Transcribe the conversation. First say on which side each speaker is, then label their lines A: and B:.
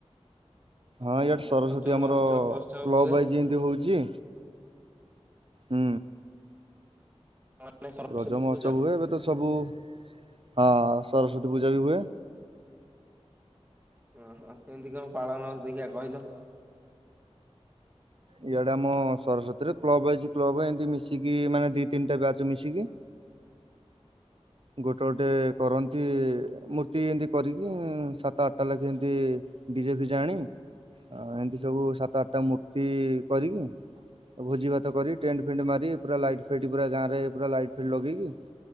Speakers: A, on the right (about 15°); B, on the right (about 55°).
A: ଆମ
B: ହଁ ଇଆଡେ
A: ଆଡେ
B: ସରସତୀ
A: ରଜ ମହୋତ୍ସବ
B: ଆମର
A: ଫହୋତ୍ସବ
B: କ୍ଲବ
A: ହୁଏ
B: ଆଇ ଯିନ୍ତି ହଉଚି ହୁଁ।
A: ମାନେ ସରସ୍ଵତୀ
B: ରଜ ମହୋତ୍ସବ
A: ପୂଜା।
B: ହୁଏ ଏବେ ତ ସବୁ ହଁ ସରସ୍ୱତୀ ପୂଜା ବି ହୁଏ।
A: ଓହୋ କେମିତି କଣ ପାଳନ ଦେଖିବା କହିଲ?
B: ଇଆଡେ ଆମ ସରସ୍ଵତୀରେ କ୍ଲବ୍ ଅଛି କ୍ଲବ୍ ଏମିତି ମିଶିକି ମାନେ ଦି ତିନିଟା ବ୍ୟାଚ୍ ମିଶିକି ଗୋଟେ ଗୋଟେ କରନ୍ତି ମୂର୍ତ୍ତି ଏମିତି କରିକି ସାତ ଆଠଟା ଲେଖେ ଏମିତି ଡିଜେ ଫିଜେ ଆଣି ଆଉ ଏମିତି ସବୁ ସାତ ଆଠଟା ମୂର୍ତ୍ତି କରିକି ଭୋଜି ଭାତ କରି ଟେଣ୍ଟ୍ ଫେଣ୍ଟ୍ ମାରି ପୁରା ଲାଇଟ୍ ଫାଇଟ୍ ପୁରା ଗାଁରେ ପୁରା ଲାଇଟ୍ ଫାଇଟ୍ ଲଗେଇକି